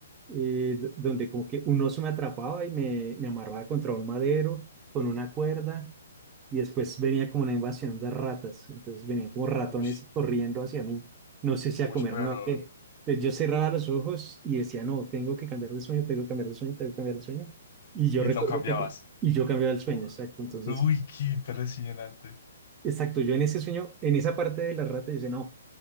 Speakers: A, on the right; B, on the left.
A: eh, d- donde como que un oso me atrapaba y me, me amarraba contra un madero con una cuerda y después venía como una invasión de ratas, entonces venían como ratones
B: Ush,
A: corriendo hacia mí, no sé si a
B: ush,
A: comerme
B: pero...
A: o a qué. Entonces yo cerraba los ojos y decía, no, tengo que cambiar de sueño, tengo que cambiar de sueño, tengo que cambiar de sueño. Y yo
B: Y
A: recuerdo
B: lo cambiabas.
A: que, y yo cambiaba el sueño,
B: Uh,
A: exacto. Entonces
B: Uy, qué impresionante.
A: Exacto, yo en ese sueño, en esa parte de la rata, dice, no,